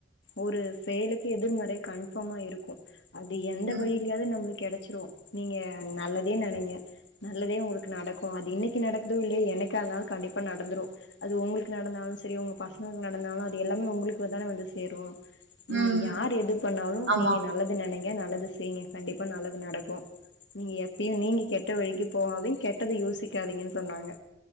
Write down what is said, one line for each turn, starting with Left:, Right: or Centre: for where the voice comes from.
Left: ஒரு செயலுக்கு எதிர்மறை கன்ஃபாமா இருக்கு அது எந்த
Right: ம்
Left: வழியிலயாவது நம்மளுக்கு கெடச்சிரு நீங்க நல்லதே நெனைங்க நல்லதே உங்களுக்கு நடக்கு அது இன்னைக்கு நடக்குதோ இல்லையோ என்னைக்காருந்தாலு கண்டிப்பா நடந்துரு அது உங்களுக்கு நடந்தாலு சரி உங்க பசங்களுக்கு நடந்தாலு அது எல்லாமே உங்களுக்கு தான வந்து சேரு நீங்க
Right: ம்
Left: யார் எது பண்ணாலு
Right: ஆமா
Left: நீங்க நல்லது நெனைங்க நல்லது செய்ங்க கண்டிப்பா நல்லது நடக்கு நீங்க எப்பயு நீங்க கெட்ட வழிக்கு போகாதிங் கெட்டத யோசிக்காதீங்கனு சொன்னாங்க